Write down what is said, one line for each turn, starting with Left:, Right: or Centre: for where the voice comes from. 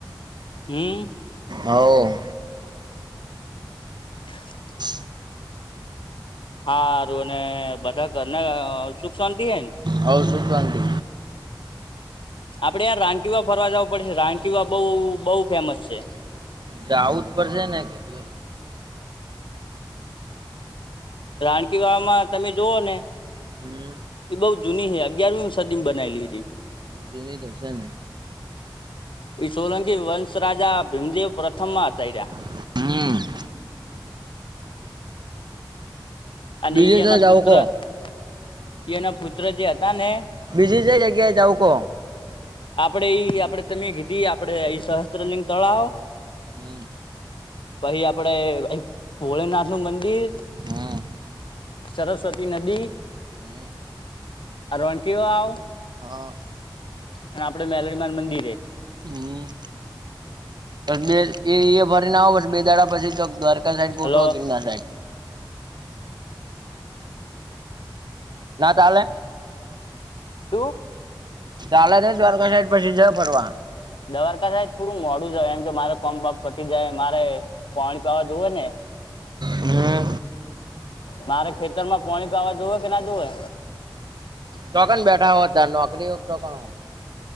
Left: હમ
Right: હઓ.
Left: <inaudible>
Right: <inaudible>
Left: હા હારું અને બધા ઘરના અહ સુખ શાંતિ હે ને?
Right: હઓ સુખ શાંતિ.
Left: આપડે યાર રાનકી માં ફરવા જવું પડેશે. રાનકીવા બહુ બહુ ફેમસ છે.
Right: જાવું જ પડશે ને કે. દો લે.
Left: રાણકી વાવમાં તમે જુઓ ને
Right: હમ્મ.
Left: એ બઉ જૂની હ અગિયારમી સદી બનાયલી રી.
Right: અજની દર્શન.
Left: ઇ સોલંકી વંશ રાજા ભીમદેવ પ્રથમ માં આ તઈરા.
Right: હમ. <inaudible>
Left: અને
Right: બીજું
Left: એ એના
Right: શું જવું
Left: પુત્ર
Right: કો
Left: એ <inaudible> એના પુત્ર જે હતા ને.
Right: બીઝી જે જગ્યાએ જાવ કો?
Left: આપડે એ આપડે તમે કીધી આપડે એઈ સહસ્ત્રલિંગ તળાવો.
Right: હમ્મ.
Left: પછી આપડે ભોલેનાથનું મંદિર
Right: હમ
Left: સરસ્વતી નદી
Right: હમ
Left: અહ રણકી વાવ
Right: હા.
Left: અને આપડે મેલડીમાને મંદિરે.
Right: હમ્મ, પણ બેલ એ એય. ફરીને આવો પછી બે દાડા પછી દ્વારકા સાઈડ ગોઠવા
Left: હલો
Right: ગીરનાર સાઈડ. ના ચાલે?
Left: તો
Right: ચાલે નહી દ્વારકા સાઈડ પછી જ ફરવા
Left: દવારકા થાય થોડું મોડું જ એમ કે મારે કોમ બાપ પટી જાય મારે પાણી પીવા જવું ને?
Right: હમ
Left: મારે ખેતર માં પાણી પાવા જવે કે ના જોવે
Right: ચોકને બેઠા હો ત નોકરી હો તોકણ